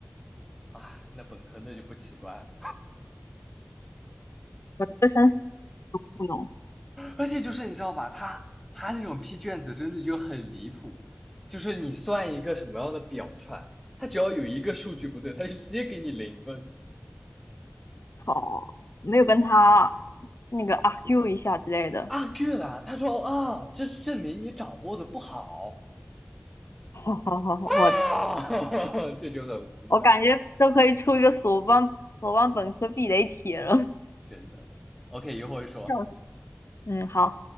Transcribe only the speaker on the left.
本科生是不能
考，没有跟他那个 argue 一下之类的。
<laughs>
我
我感觉都可以出一个索邦索邦本科避雷帖了，<laughs>
笑死。嗯，好。